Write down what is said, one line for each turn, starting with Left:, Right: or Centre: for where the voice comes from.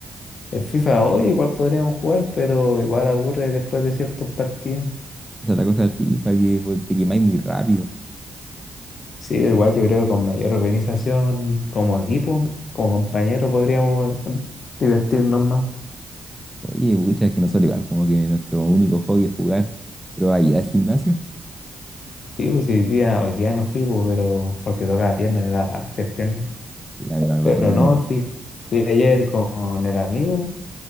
Left: El FIFA hoy igual podríamos jugar, pero igual aburre después de ciertos partidos.
Centre: esa es la cosa del FIFA, que pues, te quemáis muy rápido.
Left: Sí, pero igual yo creo que con mayor organización, como equipo, como compañero, podríamos em, divertirnos más.
Centre: Oye, pucha, es que nosotros igual, como que nuestro único hobby es jugar, pero ahí al gimnasio,
Left: Sí, pues sí, hoy día, hoy día no fui, pues, pero porque tocaba pierna, me daba paja hacer pierna.
Centre: sí, a mí igual me
Left: Pero
Centre: pasa lo mismo.
Left: no, fui, fui ayer con el amigo